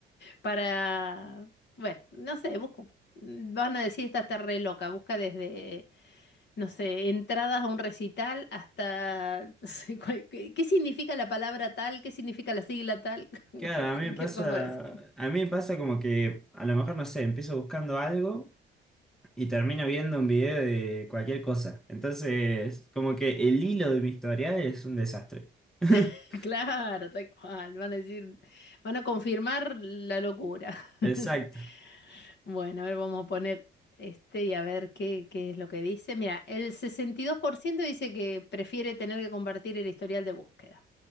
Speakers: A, on the left (about 60°); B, in the centre.
A: para, bueno, no sé, busco. Van a decir, esta está re loca, busca desde, no sé, entradas a un recital hasta, <laughs> no sé, cual- qué, qué significa la palabra tal, qué significa la sigla tal, <laughs> bueno,
B: Claro, a
A: cualquier
B: mí me pasa,
A: cosa de esa.
B: a mí me pasa como que a lo mejor, no sé, empiezo buscando algo y termino viendo un video de cualquier cosa. Entonces, como que el hilo de mi historial es un desastre. <laughs>
A: <laughs> Claro, tal cual, van a decir, van a confirmar la locura. <laughs>
B: Exacto.
A: Bueno, a ver, vamos a poner este y a ver qué, qué es lo que dice. Mira, el 62% dice que prefiere tener que compartir el historial de búsqueda.